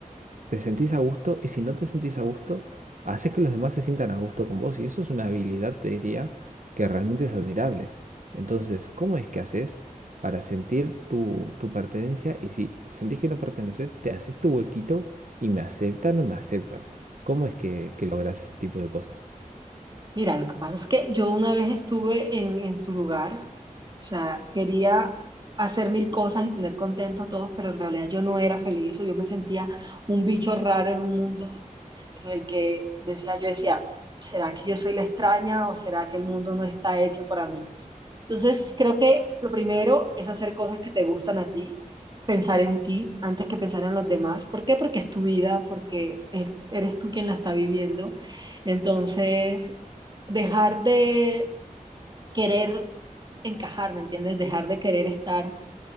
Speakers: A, on the right (about 70°); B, on the right (about 30°).
A: te sentís a gusto y si no te sentís a gusto, haces que los demás se sientan a gusto con vos y eso es una habilidad, te diría, que realmente es admirable. Entonces, ¿cómo es que haces para sentir tu, tu pertenencia? Y si sentís que no perteneces, te haces tu huequito y me aceptan o me aceptan. ¿Cómo es que, que logras ese tipo de cosas?
B: Mira, lo que pasa es que yo una vez estuve en, en tu lugar, o sea, quería hacer mil cosas y tener contentos a todos, pero en realidad yo no era feliz o yo me sentía un bicho raro en un mundo en el que decía, yo decía, ¿será que yo soy la extraña o será que el mundo no está hecho para mí? Entonces, creo que lo primero es hacer cosas que te gustan a ti, pensar en ti antes que pensar en los demás. ¿Por qué? Porque es tu vida, porque es- eres tú quien la está viviendo. Entonces, dejar de querer encajar, ¿me entiendes? Dejar de querer estar